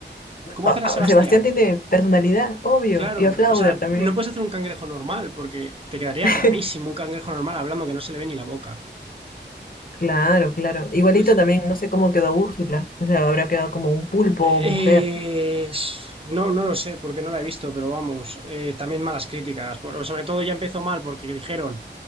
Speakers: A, on the right; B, on the left.
A: ¿Cómo
B: Ah,
A: hacer a Sebastián?
B: ah, Sebastián tiene personalidad, obvio,
A: Claro,
B: y a Flauder
A: o sea,
B: también.
A: no puedes hacer un cangrejo normal porque te quedaría
B: <laughs>
A: rarísimo un cangrejo normal hablando que no se le ve ni la boca.
B: Claro, claro. Igualito
A: Entonces,
B: también, no sé cómo quedó Úrsula. O sea, habrá quedado como un pulpo o
A: eh,
B: mujer.
A: no, no lo sé porque no la he visto, pero vamos, eh, también malas críticas. Por- sobre todo ya empezó mal porque dijeron